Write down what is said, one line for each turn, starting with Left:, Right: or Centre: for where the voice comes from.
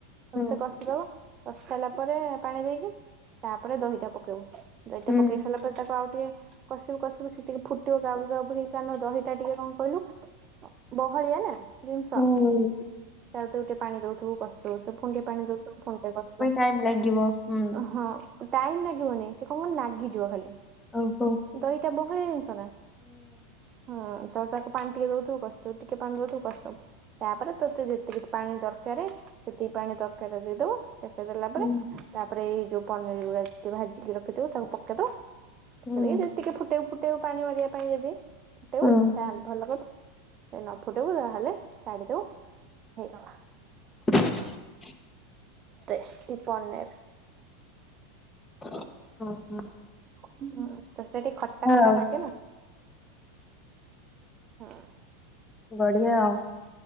Right: ଭଲସେ
Left: ହୁଁ।
Right: କଷିଦବ କଷି ସାରିଲା ପରେ ପାଣି ଦେଇକି ତାପରେ ଦହିଟା ପକେଇବ ଦହିଟା
Left: ହୁଁ
Right: ପକେଇ ସାରିଲା ପରେ ତାକୁ ଆଉ ଟିକେ କସିବୁ କସିବୁ ସେ ଟିକେ ଫୁଟିବ ଗାଉଲୁ ଗାଉଲୁ ହେଇକି ନା କାରଣ ଦହିଟା ଟିକେ କଣ କହିଲୁ ବହଳିଆ ନା ଜିନିଷ
Left: ହୁଁ
Right: ତାର ତ ଗୋଟେ ପାଣି ଦଉଥିବୁ କଷି ତ ପୁଣି ଟିକେ ପାଣି ଦଉଥିବୁ ପୁଣି କସି ଦବ
Left: ଟାଇମ୍ ଲାଗିବ ହୁଁ।
Right: ହଁ ଟାଇମ ଲାଗିବନି ସେ କଣ ନାଗିଯିବ ଖାଲି
Left: ହଉ ହଉ
Right: ଦହିଟା ବହଳିଆ ଜିନିଷ ନା ହୁଁ ତ ତାକୁ ପାଣି ଟିକେ ଦଉୁଥିବୁ କସୁଥିବୁ ଟିକେ ପାଣି ଦଉୁଥିବୁ କସୁଥିବୁ ତାପରେ ତତେ ଯେତିକି ପାଣି ଦରକାର ସେତିକି ପାଣି ତରକାର ଦେଇଦବୁ ପକେଇ ଦେଲା
Left: ହୁଁ
Right: ପରେ ତାପରେ ଏଇ ଯୋଉ ପନିର ଗୁଡା ଭାଜିକି ରଖିଥିବ ତାକୁ ପକେଇଦବ
Left: ହୁଁ
Right: ପକେଇ ଦେଇକି ଟିକେ ଫୁଟେଇ ଫୁଟେଇ ପାଣି ମରିବା ପାଇଁ ଯଦି ଫୁଟେଇବୁ
Left: ହୁଁ।
Right: ତାହେଲେ ଭଲ କଥା ସେ ନ ଫୁଟେଇବୁ ତାହେଲେ କାଢିଦବୁ ହେଇଗଲା
Left: <inaudible>
Right: ଟେଷ୍ଟି ପନିରୀ
Left: ହୁଁ ହ ହଁ
Right: ହୁଁ ତ ସେଟା ଟିକେ ଖଟା ଖଟା
Left: ଆଉ
Right: ଲାଗେ ନା ହୁ
Left: ବଢିଆ ଆଉ